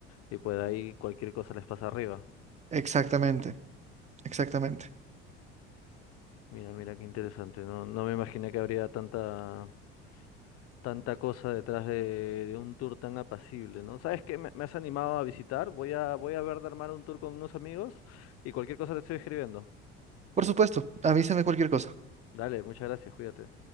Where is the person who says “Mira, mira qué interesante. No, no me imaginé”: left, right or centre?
Left